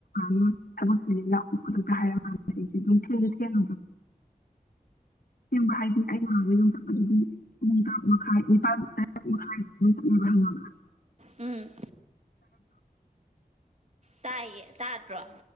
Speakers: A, on the left (about 70°); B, on the right (about 45°).
A: ꯎ ꯇꯕꯄꯤꯂ ꯄꯨꯗ ꯀ ꯍꯥꯏꯔ ꯍꯥꯏꯦ ꯃ ꯑꯦꯡꯕ ꯍꯥꯏꯗꯤ ꯑꯩ ꯉꯒ ꯌꯣꯊꯣꯛꯄꯗ ꯑꯗꯨꯝ ꯄꯨꯡ ꯇꯔꯨꯛ ꯃꯈꯥꯏ ꯅꯤꯄꯥꯜ ꯇꯔꯛ ꯃꯈꯥꯏ ꯌꯊꯑꯕ ꯍꯪꯉꯒ
B: ꯎꯝ ꯇꯥꯏꯌꯦ ꯇꯥꯗ꯭ꯔꯣ